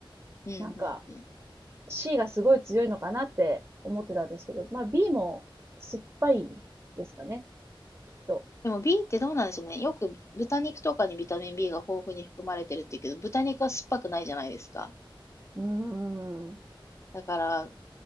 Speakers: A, on the left; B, on the right.
A: うん、
B: なんか
A: うん、うん。うん
B: C がすごい強いのかなって思ってたんですけど、まあ B も酸っぱいんですかね、きっと。
A: でも B ってどうなんでしょうね。よく豚肉とかにビタミン B が豊富に含まれてるって言うけど、豚肉は酸っぱくないじゃないですか。
B: うーん。
A: だから、ど